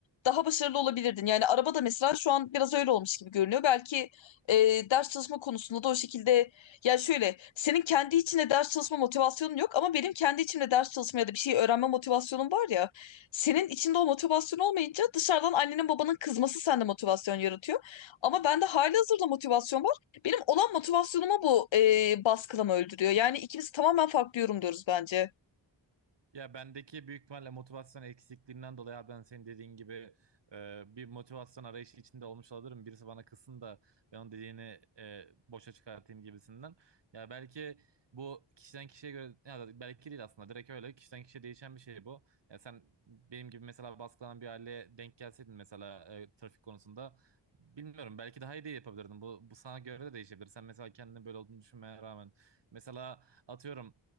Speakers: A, on the left; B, on the right.
A: daha başarılı olabilirdin. Yani arabada mesela şu an biraz öyle olmuş gibi görünüyor. Belki e, ders çalışma konusunda da o şekilde ya şöyle, senin kendi içinde ders çalışma motivasyonun yok ama benim kendi içimde ders çalışma ya da bir şey öğrenme motivasyonum var ya. Senin içinde o motivasyon olmayınca dışarıdan annenin babanın kızması sende motivasyon yaratıyor. Ama bende halihazırda motivasyon var. Benim olan motivasyonumu bu e, baskılama öldürüyor. Yani ikimiz tamamen farklı yorumluyoruz bence.
B: Ya bendeki büyük ihtimalle motivasyon eksikliğinden dolayı abi ben senin dediğin gibi e, bir motivasyon arayışı içinde olmuş olabilirim. Birisi bana kızsın da ben onun dediğini e, boşa çıkartayım gibisinden. Ya belki bu kişiden kişiye göre ya da belki değil aslında direkt öyle kişiden kişiye değişen bir şey bu. Ya sen benim gibi mesela baskılanan bir aileye denk gelseydin mesela e, trafik konusunda bilmiyorum belki daha iyi de yapabilirdin. Bu, bu sana göre de değişebilir. Sen mesela kendini böyle olduğunu düşünmeye rağmen mesela atıyorum